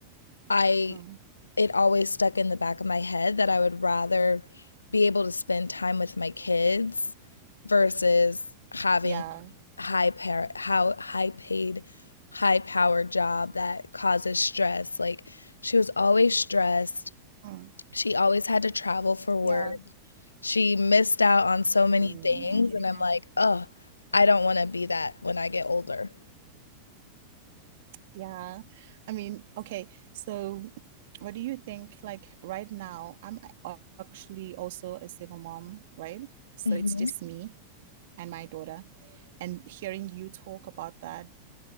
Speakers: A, on the left; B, on the right.
A: I,
B: mm.
A: it always stuck in the back of my head that I would rather be able to spend time with my kids versus having
B: Yeah.
A: high par how high paid, high powered job that causes stress. Like, she was always stressed
B: Mm,
A: she always had to travel for work.
B: yeah.
A: She missed out on so many
B: Hmm,
A: things,
B: I can
A: and I'm
B: imagine.
A: like, oh, I don't want to be that when I get older."
B: Yeah. I mean, okay. So, what do you think? Like, right now, I'm a- actually also a single mom, right? So,
A: Mhm.
B: it's just me and my daughter. And hearing you talk about that